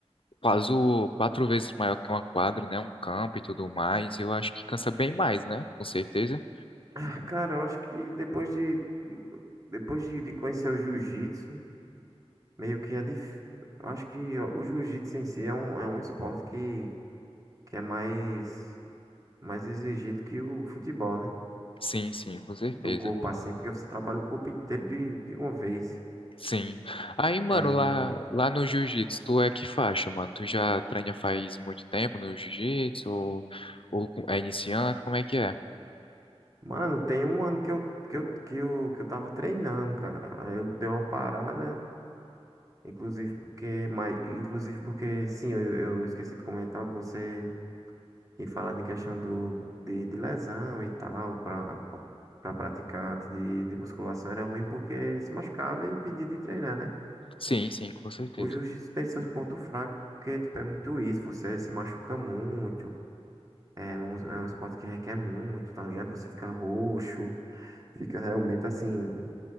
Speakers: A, on the left; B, on the right.
A: quase o- quatro vezes maior que uma quadra, né? Um campo e tudo mais. Eu acho que cansa bem mais, né? Com certeza.
B: Ah, Cara, eu acho que depois de, depois de, de conhecer o jiu-jitsu, Meio que é difícil. Acho que o jiu-jitsu em si é um, é um esporte que, que é mais, mais exigido que o futebol, né?
A: Sim, sim, com certeza.
B: Do corpo, assim, porque você trabalha o corpo inteiro de, de uma vez.
A: Sim. Aí, mano,
B: É,
A: lá, lá no jiu-jitsu, tu é que faixa, mano? Tu já treina faz muito tempo no jiu-jitsu? Ou, ou é iniciante? Como é que é?
B: Mano, tem um ano que eu, que eu, que eu, que eu tava treinando, cara. Aí eu dei uma parada, inclusive porque, mas, inclusive porque, sim, eu, eu esqueci de comentar, você. E falando em questão do, de, de lesão e tal, para para praticante de, de musculação era ruim porque se machucava e impedia de treinar, né?
A: Sim, sim, com certeza.
B: O jiu-jitsu tem seus pontos fracos, porque tipo, é muito isso, você se machuca muito, é um, é um esporte que requer muito, tá ligado? Você fica roxo, fica realmente assim,